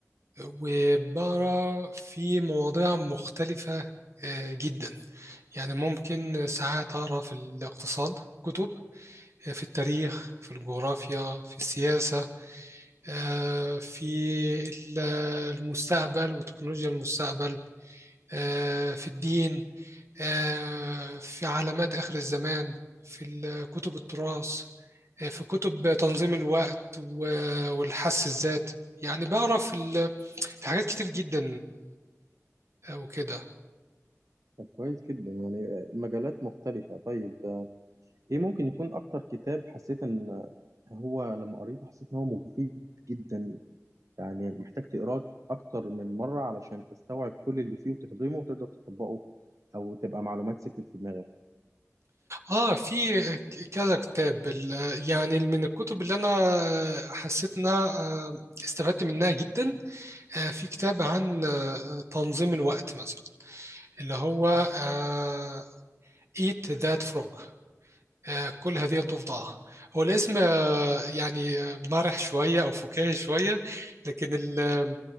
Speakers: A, on the right; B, on the right.
A: وبقرا في مواضيع مختلفه آه، جدا يعني ممكن ساعات اقرا في الاقتصاد كتب آه، في التاريخ في الجغرافيا في السياسه آه، في ال- المستقبل وتكنولوجيا المستقبل آه، في الدين آه، في علامات آخر الزمان في ال- كتب التراث آه، في كتب تنظيم الوقت و- والحس الذات يعني بعرف ال- في حاجات كتير جدا آه، وكده
B: طب كويس جدا يعني آه، مجالات مختلفة طيب آه، ايه ممكن يكون اكتر كتاب حسيت ان هو لما قريته حسيت ان هو مفيد جدا يعني محتاج تقراه اكتر من مرة علشان تستوعب كل اللي فيه وتهضمه وتقدر تطبقه او تبقى معلومات ثبتت في دماغك
A: اه في ك- كذا كتاب ال- يعني من الكتب اللي انا آه، حسيت انها آه، استفدت منها جدا آه، في كتاب عن آه، تنظيم الوقت مثلا اللي هو آه، Eat That Frog آه، كل هذه الضفدعة هو الاسم يعني مرح شوية أو فكاهي شوية لكن ال